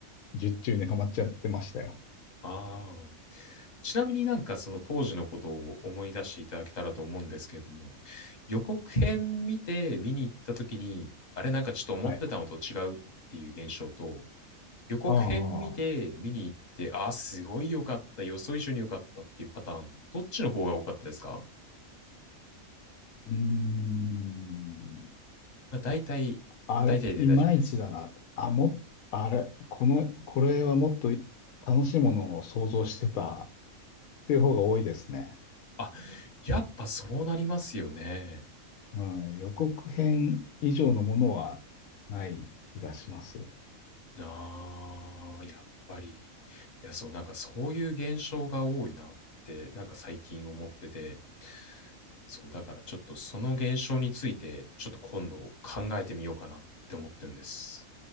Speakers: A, on the left (about 85°); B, on the left (about 35°).
A: 術中にはまっちゃってましたよ。
B: ああ。ちなみになんかその当時のことを思い出していただけたらと思うんですけれども、予告編見て見に行った時に、あれなんかちょっと思ってたのと違うっていう現象と、
A: はい。
B: 予告編見て見に行って、
A: ああ、う
B: ああ、すごい良かった、予想以上に良かったっていうパターン、どっちの方が多かったですか
A: ーん。
B: まあ、大体、
A: あれ、
B: 大体で大丈夫です。
A: いまいちだな。あ、も、あれ、この、これはもっと楽しいものを想像してたっていう方が多いですね。
B: あ、やっぱそうなりますよね。
A: うん、予告編以上のものはない気がします。
B: ああ、やっぱり。いや、そう、なんかそういう現象が多いなって、なんか最近思ってて、そう、だからちょっとその現象について、ちょっと今度考えてみようかなって思ってるんです。